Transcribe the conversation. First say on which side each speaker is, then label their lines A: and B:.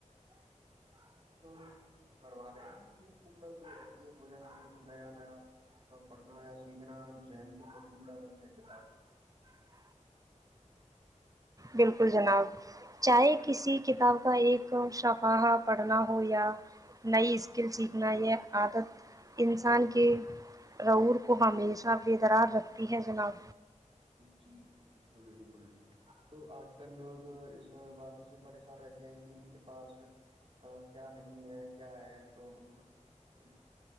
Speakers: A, on the right; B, on the right.
A: تو نہیںی برباد ہیں کہ مطلب یہ ہے کہ روزانہ کچھ نیا نیا اور پڑھنا ہویا <unintelligible>
B: بلکل جناب چاہے کسی کتاب کا ایک شفاہہ پڑھنا ہو یا نئی اسکل سیکھنا یہ عادت انسان کے رور کو ہمیشہ بے درار رکھتی ہے جناب
A: جی جی بلکل بلکل تو آج کل لوگ اس بات سے پریشان رہتے ہیں کہ ان کے پاس کیا نہیں ہے کیا ہے تو مطلب یہ تو ایک